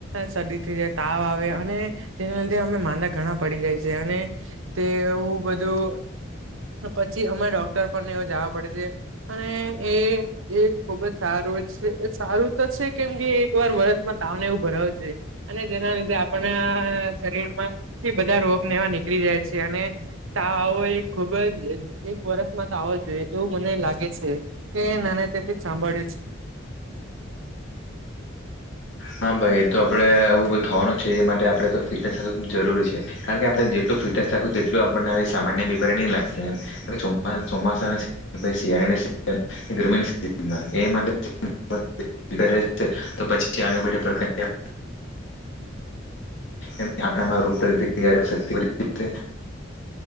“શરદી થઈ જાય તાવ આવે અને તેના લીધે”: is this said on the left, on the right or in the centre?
Right